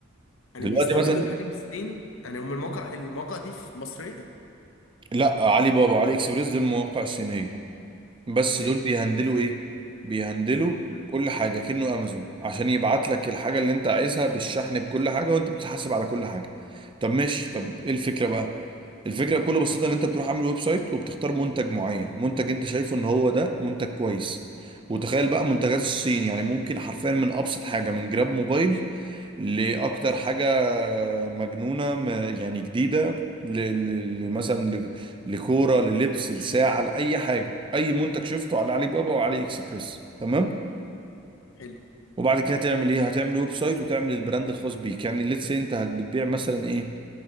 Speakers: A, on the left; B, on the right.
A: يعني
B: دلوقتي
A: بيستوردوا
B: مثلا
A: الحاجه من الصين يعني هم الموقع الموقع دي في مصريه
B: لا علي بابا وعلي اكسبريس دول مواقع صينية بس
A: صينيه
B: دول بيهندلوا
A: حلو
B: ايه بيهندلوا
A: مم.
B: كل حاجة كأنه امازون عشان يبعت لك الحاجة اللي انت عايزها بالشحن بكل حاجة وانت بتتحاسب على كل حاجة طب ماشي طب ايه الفكرة بقى الفكره بكل بساطه ان انت بتروح عامل ويب سايت وبتختار منتج معين منتج انت شايفه ان هو ده منتج كويس وتخيل بقى منتجات الصين يعني ممكن حرفيا من ابسط حاجه من جراب موبايل لاكتر حاجه مجنونه م- يعني جديده ل- ل- ل- مثلا ل- لكوره للبس لساعه لاي حاجه اي منتج شفته
A: ماشي.
B: على علي بابا وعلي اكسبريس تمام
A: حلو
B: وبعد كده هتعمل ايه هتعمل ويب سايت وتعمل البراند الخاص بيك يعني ليتس انت هت- بتبيع مثلا ايه